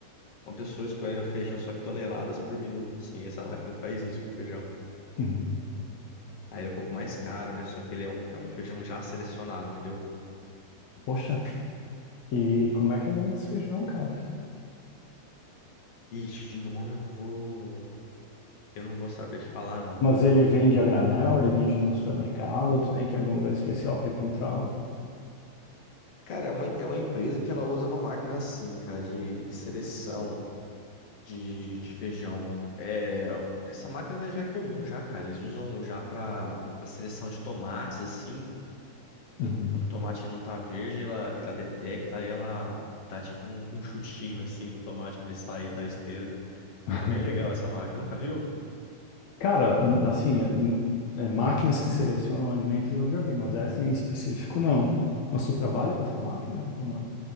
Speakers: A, on the left; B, on the left.
A: uma pessoa escolhendo feijão só que toneladas por minuto, assim, essa máquina faz isso com o feijão.
B: uhum.
A: Aí ele é um pouco mais caro, né? Só que ele é um, é um feijão já selecionado, entendeu?
B: Poxa, e como é que é o nome desse feijão, cara?
A: Ixi, de nome eu não vou, eu não vou saber te falar, não.
B: Mas ele vende a granel, ele vende no supermercado, ou tu tem que ir em algum lugar especial para encontrá-lo?
A: Cara, é uma, é uma empresa que ela usa uma máquina assim, cara, de, de seleção. De, de feijão. É, essa máquina ela já é comum já, cara. Eles usam já para seleção de tomates, assim.
B: Uhum.
A: Quando o tomate ele não tá verde, ela, ela detecta e ela dá tipo um, um chutinho assim no tomate pra ele sair da esteira.
B: <laughs>
A: É bem legal essa máquina. Nunca viu?
B: Cara, n- assim, é- n- é máquinas que selecionam alimentos eu já vi, mas essa em específico não. Mas tu trabalha com essa máquina ou não?